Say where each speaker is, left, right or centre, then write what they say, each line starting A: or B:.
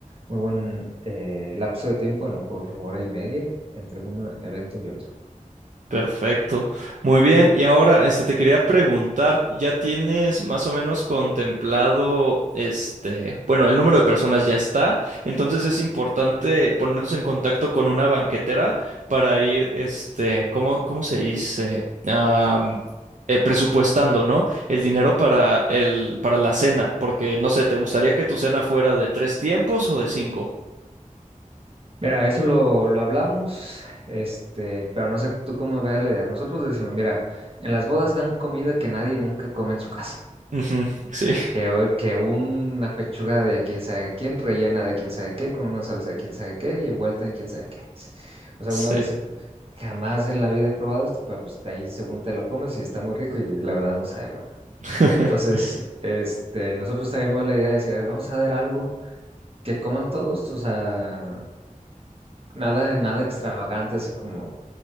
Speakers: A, on the right; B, on the right.
A: muy buen eh, lapso de tiempo, a lo mejor hora y media entre un evento y otro.
B: Perfecto. Muy bien. Y ahora, este, te quería preguntar, ¿ya tienes más o menos contemplado, este, bueno, el número de personas ya está, entonces es importante ponernos en contacto con una banquetera para ir, este, ¿cómo, cómo se dice? Am, eh, presupuestando, ¿no? El dinero para el, para la cena, porque no sé, ¿te gustaría que tu cena fuera de tres tiempos o de cinco?
A: Mira, eso lo, lo hablamos, este, pero no sé tú cómo ves la idea. Nosotros decimos, mira, en las bodas dan comida que nadie nunca come en su casa.
B: Ujú, sí,
A: Que, hoy- que una pechuga de quién sabe quién, rellena de quién sabe qué, con una salsa de quién sabe qué y envuelta en quién sabe qué. Dices, O sea,
B: sí.
A: uno dice, jamás en la vida he probado esto, pero pues de ahí según te lo comes y está muy rico y la verdad no sabe bueno.
B: <laughs>
A: Entonces, este, nosotros traímos la idea de decir, "A ver, vamos a ver algo que coman todos, o sea, nada, nada extravagante, así como